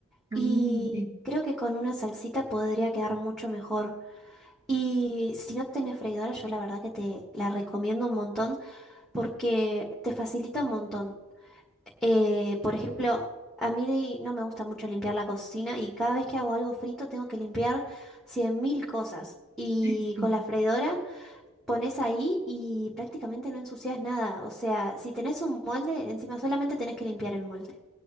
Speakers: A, on the right (about 20°); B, in the centre.
A: Ah,
B: Y
A: ok.
B: creo que con una salsita podría quedar mucho mejor. Y si no tenés freidora, yo la verdad que te la recomiendo un montón porque te facilita un montón. Eh, por ejemplo, a mí de- no me gusta mucho limpiar la cocina y cada vez que hago algo frito tengo que limpiar 100.000 cosas. Y
A: Sí, <laughs>
B: con la freidora pones ahí y prácticamente no ensucias nada. O sea, si tenés un molde, encima solamente tenés que limpiar el molde.